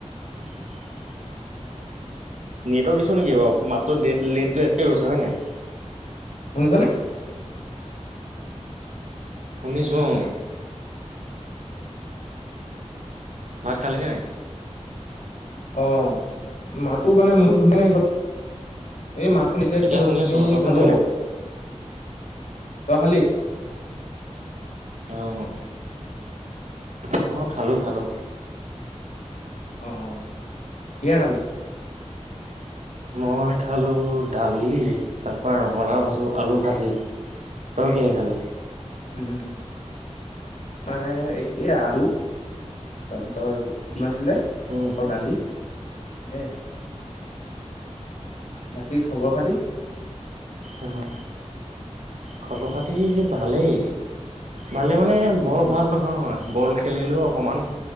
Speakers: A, on the right (about 75°); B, on the left (about 80°).
A: <inaudible> নেটৱৰ্ক ইছু নেকি বাৰু মাতটো ডেট লেট কে গৈছে হয় নাই।
B: শুনিছনে?
A: শুনিছোঁ অ। ভাত খালিনে নাই?
B: অ মাতো মানে মোৰ <unintelligible> এই মাতটো নিদিলে লিডিয়া
A: এতিয়া
B: গৈছে,
A: শুনি
B: আমি
A: আছো তই শুনিছ
B: খালো বাও।
A: নাই
B: তই খালি?
A: অ', মই খালো খালো।
B: অ', কিহে খালি?
A: মই খালোঁ দালি তাৰ পৰা ৰঙালাও ভাজো আলু ভাজি। তই কিহে খালি?
B: উম। আমৰ একেই আৰু তাৰপিছত দিম আছিলে।
A: হম
B: দালি, এ বাকী খবৰ খাতি?
A: উম খবৰ খাতি ভালেই, ভালেই মানে বৰ
B: উম
A: ভাল নহয়, বল খে খেলিলোঁ অকণমান